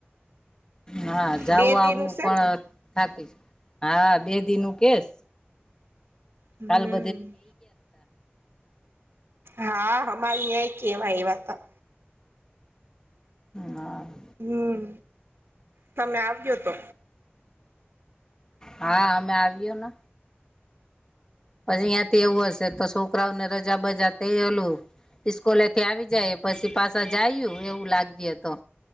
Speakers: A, on the left; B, on the right.
A: હા જવું
B: બે દી
A: આવું
B: નું છે
A: પણ.
B: ને
A: થાકી હા બે દિ નું કેસ.
B: હમ
A: કાલ <unintelligible>
B: હા <unintelligible> કેવાય એવા હતા.
A: હ.
B: હમ તમે આવ્યો તો.
A: હા અમે <unintelligible> ને. પછી <unintelligible> એવું હશે તો છોકરાઓને રજા બજા થઈલું. ઇસ્કોલેથી આવી જાય પછી પાછા જાયું એવું લાગ્યું તો.